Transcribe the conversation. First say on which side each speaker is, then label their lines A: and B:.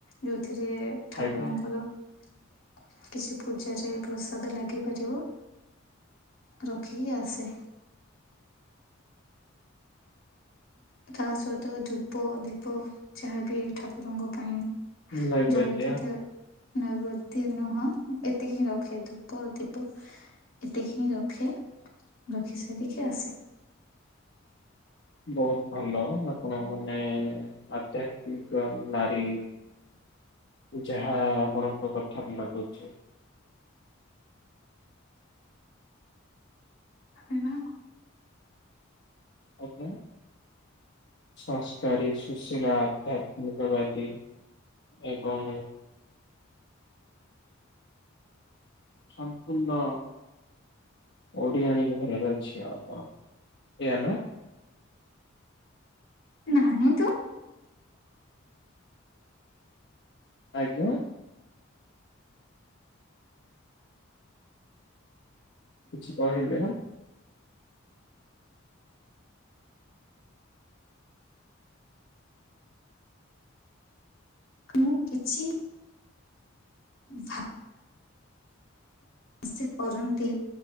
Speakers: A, on the left; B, on the left.
A: ଯୋଉଥିରେ ଠାକୁରଙ୍କର
B: ଆଜ୍ଞା
A: କିଛି ପୂଜାରେ ପ୍ରସାଦ ଲାଗିପାରିବ ରଖିକି ଆସେ। ତା ସହିତ ଧୂପ ଦୀପ ଯାହାବି ଠାକୁରଙ୍କ ପାଇଁ
B: ନୈବେଦ୍ୟ
A: ଜରୁରୀ ତ ନୈବଦୀ ନୁହଁ ଏତିକି ହିଁ ରଖେ ଧୂପ ଦୀପ। ଏତିକି ହିଁ ରଖେ ରଖି ସାରିକି ଆସେ।
B: ବହୁତ ଭଲ ଆପଣ ମାନେ ଆଧ୍ୟାତ୍ମିକ ନାରୀ। ଯାହା ଆପଣଙ୍କ କଥାରେ ଲାଗୁଛି।
A: ଏ ନା
B: ଓ କେ ସଂସ୍କାରୀ ସୁଶୀଳା ଆଧ୍ୟାତ୍ମିକବାଦୀ ଏବଂ ସମ୍ପୂର୍ଣ୍ଣ ଓଡ଼ିଆଣୀ ଘରର ଝିଅ ଆପଣ ଏୟା ନା?
A: ନାହିଁ ତ
B: ଆଜ୍ଞା। କିଛି କହିଲେ?
A: ମୁଁ କିଛି ଭା ସେ କରନ୍ତି